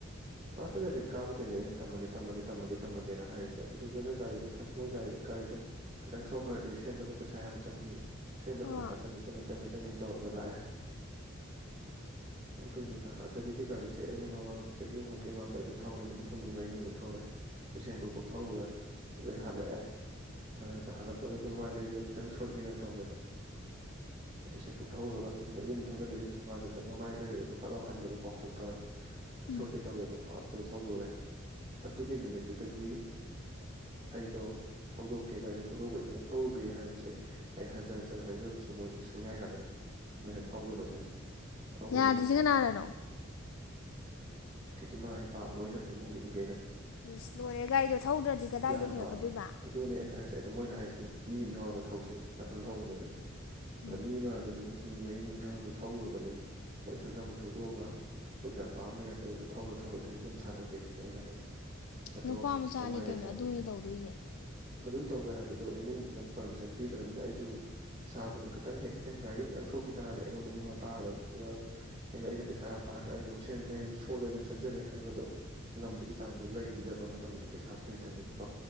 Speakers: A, on the right; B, on the left.
A: ꯀꯂ꯭ꯥꯁ ꯏꯂꯕꯦꯟ ꯀꯥꯕꯗꯩꯅ ꯑꯩꯅ ꯇꯝꯃꯒꯦ ꯇꯝꯃꯒꯦꯝꯃꯒꯦ ꯇꯝꯃꯒꯦꯅ ꯍꯥꯏꯔꯤꯁꯦ ꯑꯗꯨꯗꯨꯅ ꯒꯥꯔꯤꯗꯣ ꯐꯠ ꯃꯣꯏ ꯒꯥꯔꯤꯗ ꯒꯥꯔꯤꯗꯣ ꯈꯤꯇꯪ ꯁꯣꯛꯈ꯭ꯔꯗꯤ ꯁꯦꯝꯕꯗ ꯄꯩꯁꯥ ꯌꯥꯝ ꯆꯪꯅꯤ ꯁꯦꯝꯕꯗ
B: ꯑꯥ
A: ꯄꯩꯁꯥ ꯆꯪꯅꯤ ꯆꯪꯅꯤ ꯆꯪꯅꯤ ꯆꯪꯅꯤ ꯇꯧꯔꯒ ꯂꯥꯛꯑ ꯑꯗꯨꯅꯤꯗ ꯑꯗꯒꯤꯗꯤ ꯒꯥꯔꯤꯁꯦ ꯑꯩꯅ ꯃꯃꯥꯡꯗ ꯆꯍꯤ ꯍꯨꯝꯃꯨꯛꯀꯤ ꯃꯃꯥꯡꯗ ꯑꯩꯁꯦ ꯊꯧꯔꯦ ꯅꯨꯃꯤꯠ ꯍꯨꯝꯅꯤ ꯃꯔꯤꯅꯤꯃꯨꯛ ꯊꯧꯔꯦ ꯕꯤꯁꯦꯝꯄꯨꯔ ꯐꯧ ꯊꯧꯔꯨꯔꯦ ꯑꯗꯨꯗ ꯑꯩ ꯍꯜꯂꯛꯑꯦ ꯍꯜꯂꯛꯄꯗꯨꯗ ꯃꯥꯏ ꯂꯩꯕꯗ ꯈꯤꯇꯪ ꯁꯣꯏꯒꯦꯅ ꯇꯧꯋꯦꯕ ꯕꯤꯁꯦꯝꯄꯨꯔ ꯊꯧꯔꯒ ꯌ ꯌꯨꯝ ꯊꯧꯖꯤꯟꯕ ꯌꯨꯝ ꯊꯣꯡ ꯀꯥꯟꯁꯤꯗ ꯃꯃꯥꯏ ꯂꯩꯔꯨꯔꯒ ꯐꯠꯂꯥꯎ ꯍꯟꯕꯗꯣ ꯀꯥꯎꯊꯣꯛꯇꯅ
B: ꯎꯝ
A: ꯁꯣꯏꯒꯦ ꯇꯧꯋꯦꯕꯀꯣ ꯊꯧꯔꯨꯔꯦ ꯑꯗꯨꯒꯤ ꯅꯨꯃꯤꯠꯇꯨꯗꯒꯤ ꯑꯩꯗꯣ ꯊꯧꯗꯣꯛꯀꯦ ꯒꯔꯤꯗꯣ ꯊꯧꯗꯣꯛꯑꯥꯒꯥ ꯏꯊꯟ ꯊꯧꯔꯨꯒꯦ ꯍꯥꯏꯕꯁꯦ ꯑꯩꯅ ꯍꯟ ꯍꯟ ꯍꯥꯏꯖꯔꯕꯁꯦ ꯃꯣꯏꯁꯦ ꯄꯪꯌꯥ ꯌꯥꯗ꯭ꯔꯦ ꯃꯣꯏꯅ ꯊꯧꯒꯅꯨ ꯁꯤꯅꯤ ꯊꯧꯒꯅꯨ
B: ꯌꯥꯗꯔꯤꯁꯤ ꯀꯅꯥꯅꯅꯣ
A: ꯏꯃꯥ ꯏꯄꯥ ꯂꯣꯏꯅ ꯏꯃꯨꯡꯒꯤ ꯃꯤꯈꯩꯅ
B: ꯏꯁ ꯂꯣꯏꯔꯦ ꯒꯥꯔꯤꯗꯣ ꯊꯧꯗ꯭ꯔꯗꯤ ꯀꯗꯥꯏꯗ
A: ꯌꯥꯝꯕ
B: ꯍꯩꯔꯛꯀꯗꯣꯏꯕ
A: ꯑꯗꯨꯅꯦ ꯑꯩꯅ ꯍꯥꯏꯁꯦ ꯑꯗꯨ ꯃꯣꯏꯅ ꯍꯥꯏꯁꯤꯅ ꯃꯤ ꯑꯃ ꯌꯥꯎꯔꯒ ꯊꯧꯁꯤꯅꯤ ꯅꯊꯟ ꯊꯧꯒꯅꯣ ꯁꯤꯅꯤ
B: ꯎꯝ
A: ꯑꯗꯣ ꯃꯤ ꯑꯃꯥ ꯍꯥꯌꯗꯣ ꯅꯨꯃꯤ ꯍꯨꯝꯅꯤ ꯃꯔꯤꯅꯤ ꯌꯥꯑꯣꯔꯒ ꯊꯧꯔꯨꯔꯕꯅꯤ ꯏꯊꯟꯗ ꯑꯃꯨꯛ ꯊꯧꯗꯣꯛꯑꯒ ꯑꯩꯈꯣꯏꯒꯤ ꯂꯝꯄꯥꯛ ꯑꯃ ꯂꯩꯔꯝꯕꯗꯨꯗ ꯊꯧꯔ ꯊꯧꯔ ꯏꯊꯟꯇ ꯑꯗꯨꯝ ꯁꯥꯟꯅꯒꯦ ꯁꯤꯅꯤ ꯑꯩꯅ ꯍꯥꯏꯁꯦ ꯑꯗꯣ
B: ꯅꯨꯄꯥ ꯃꯆꯥꯅꯤ
A: ꯃꯃꯥꯏ
B: ꯀꯩꯅꯣ
A: ꯂꯩꯊꯣꯛ
B: ꯑꯗꯨꯅꯤ ꯇꯧꯗꯣꯏꯁꯦ
A: ꯑꯗꯨ ꯇꯧꯒꯦ ꯍꯥꯏꯕꯗꯣ ꯏꯃꯨꯡꯗꯨꯅ ꯄꯔꯃꯤꯁꯟ ꯄꯤꯗ꯭ꯔꯕꯅꯤꯅ ꯑꯩꯁꯨ ꯏꯁꯥꯗꯨꯅ ꯈꯤꯇꯪ ꯍꯦꯛꯇꯦ ꯒꯥꯔꯤꯗꯨꯣ ꯈꯤꯇꯪ ꯁꯣꯛꯈꯤ ꯇꯥꯔꯗꯤ ꯑꯩꯉꯣꯟꯗ ꯃꯤꯉꯣꯟ ꯇꯥꯔꯒ ꯑꯗꯨꯒ ꯍꯦꯩꯅ ꯑꯩꯅ ꯄꯩꯁꯥ ꯌꯥꯝ ꯄꯥꯏꯔꯒ ꯑꯩ ꯑꯗꯨꯝ ꯁꯦꯝꯒꯦ ꯑꯩꯁꯨ ꯁꯣꯖ ꯑꯗꯨꯝ ꯁꯦꯝꯖꯒꯦ ꯍꯥꯏꯕꯗꯣ ꯉꯝꯕꯒꯤ ꯆꯥꯡꯗꯣ ꯂꯩꯈꯤꯗꯕ ꯃꯇꯝꯗꯣ ꯄꯩꯁꯥꯗꯨ ꯂꯩꯇꯕꯅꯤꯅꯀꯣ